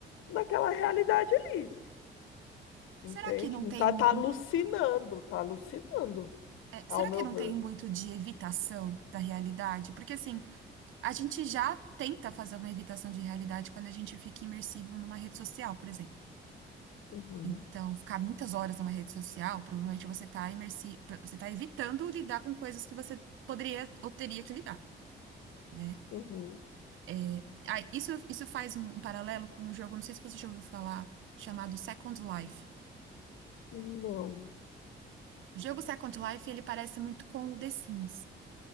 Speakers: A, on the left; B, on the right.
A: naquela realidade ali, entende?
B: Será que não tem
A: Tá,
B: um
A: tá alucinando, tá alucinando,
B: É,
A: ao
B: será
A: meu
B: que não
A: ver.
B: tem muito de evitação da realidade? Porque, assim, a gente já tenta fazer uma evitação de realidade quando a gente fica imersivo numa rede social, por exemplo.
A: Uhum,
B: Então, ficar muitas horas numa rede social, provavelmente você está imersi... você está evitando lidar com coisas que você poderia ou teria que lidar, né?
A: uhum,
B: É, Ah, isso, isso faz um, um paralelo com um jogo, não sei se você já ouviu falar, chamado Second Life.
A: não,
B: O jogo Second Life, ele parece muito com o The Sims.